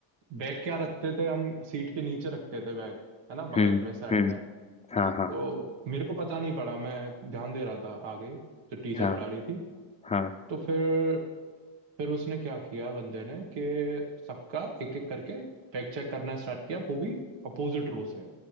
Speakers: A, on the right; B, on the left.
A: बैग क्या रखते थे हम सीट के नीचे रखते थे बैग है ना
B: हम्म
A: बगल में साइड
B: हम्म
A: में
B: हाँ
A: तो
B: हाँ
A: मेरे को पता नहीं पड़ा मैं ध्यान दे रहा था आगे जो टीचर
B: हाँ
A: पढ़ा रही थी
B: हाँ
A: तो फिर फिर उसने क्या किया बंदे ने कि सबका एक एक करके फैक्ट चेक करना स्टार्ट किया वो भी अपोजिट रो से